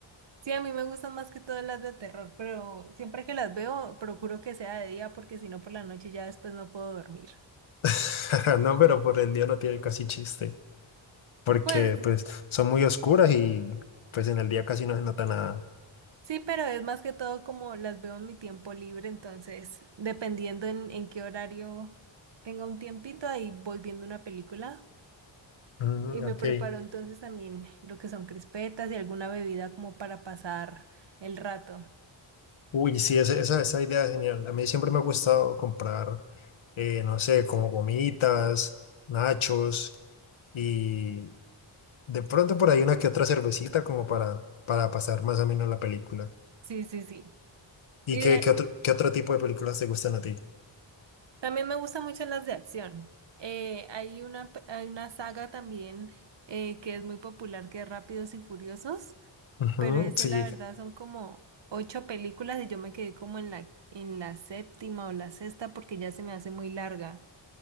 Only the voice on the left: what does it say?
<laughs> No, pero por el día no tiene casi chiste. Porque
pues son muy oscuras y pues en el día casi no se nota nada.
Mm,
ok.
Uy, sí, ese- esa, esa idea es genial. A mí siempre me ha gustado comprar, eh, no sé, como gomitas, nachos y de pronto por ahí una que otra cervecita como para, para pasar más o menos la película.
¿Y
qué,
qué otro, qué otro tipo de películas te gustan a ti?
Ujú,
sí,